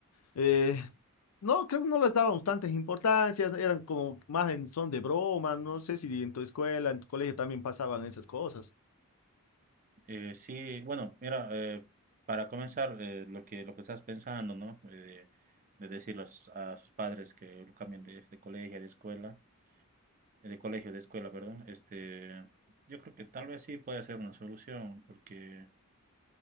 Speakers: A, on the left; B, on the right.
A: Eh, no, creo que no les daban tantas importancias, eran como más en son de broma, no sé si en tu escuela, en tu colegio también pasaban esas cosas.
B: Eh, sí, bueno, mira, eh, para comenzar, eh, lo que, lo que estás pensando, ¿no? Eh, de decir a sus padres que lo cambien de, de colegio, de escuela, eh, de colegio, de escuela, perdón, este, yo creo que tal vez sí puede ser una solución, porque